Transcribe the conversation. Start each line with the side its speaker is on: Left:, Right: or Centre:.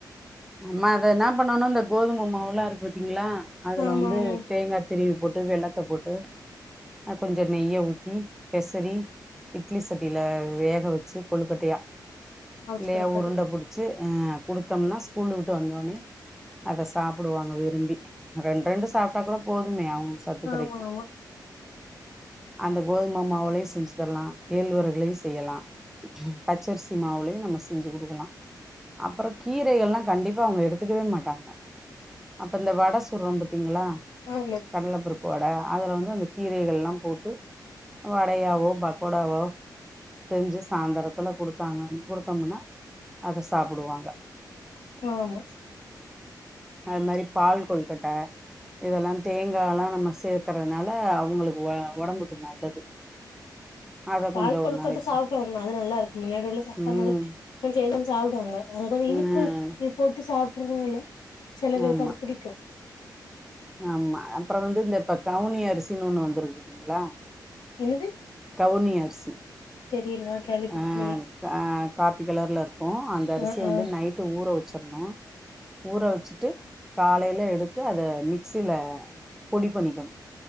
Centre: நம்ம அத என்ன பண்ணானும் இந்த கோதும மாவுல்லா இருக்கு பாத்தீங்களா அதுல
Left: ஆமா
Centre: வந்து
Left: ஆமா
Centre: தேங்கா திருவி போட்டு வெல்லத்த போட்டு கொஞ்ச நெய்ய ஊத்தி பெசறி இட்லி சட்டியில வேக வச்சி கொழுக்கட்டையா
Left: அவிச்சு
Centre: இல்லையா
Left: குடுக்கறது
Centre: உருண்ட புடிச்சி ஆ குடுத்தம்னா ஸ்கூலுவுட்டு வந்தோனே அத சாப்டுவாங்க விரும்பி ரெண் ரெண்டு சாப்ட்டா கூட போதுமே அவுங்ளுக்கு சத்து
Left: ஆமா
Centre: கெடைக்கு
Left: ஆமா
Centre: அந்த கோதுமமாவுளை செஞ்சி தர்லா கேழ்வரகுலயு செய்லா பச்சரிசி மாவுலயு நம்ப செஞ்சி குடுக்கலா அப்றோ கீரைகள்லா கண்டிப்பா அவங்க எடுத்துக்கவே மாட்டாங்க அப்ப இந்த வட சுட்றோ பாத் தீங்களா
Left: ஆமா
Centre: கடல பருப்பு வட அதுல வந்து அந்த கீரைகள்லா போட்டு வடையாவோ பக்கோடாவோ செஞ்சி சாய்ந்தரத்துல குடுத்தாங்கு குடுத்தம்னா அத சாப்டுவாங்க
Left: ஆமா
Centre: அது மாரி பால் கொழுகட்ட இதெல்லா தேங்காலா நம்ப சேத் அதனால அவுங்ளுக்கு ஒடம்புக்கு நல்லது அதை
Left: பால்
Centre: கொஞ்சம்
Left: கொல்கட்ட
Centre: ஒரு நாளைக்கு
Left: சாப்டுவாங்க அது நல்லாருக்குமே அதனால சாப்பலால
Centre: ம்
Left: செஞ்சா எல்லா சாப்டுவாங்க அது இனிப்பு
Centre: ம்
Left: போட்டு சாப்ட்றதுனால சில பேருக்கு
Centre: ஆமா
Left: அது புடிக்கு
Centre: ஆமா அப்றோ வந்து இந்த இப்ப கவுனி அரிசினு ஒன்னு வந்துருக்கு பாத்தீங்களா
Left: என்னது
Centre: பொன்னி அரிசி
Left: தெரியல நா கேள்விப்பட்டதில்லையே
Centre: அ அ காப்பி கலர்ல இருக்கு அந்த அரிசிய
Left: ஆ ஆ
Centre: வந்து நைட்டு ஊற வச்சர்னு ஊற வச்சிட்டு காலைல எடுத்து அத மிக்சில பொடி பண்ணிக்கனு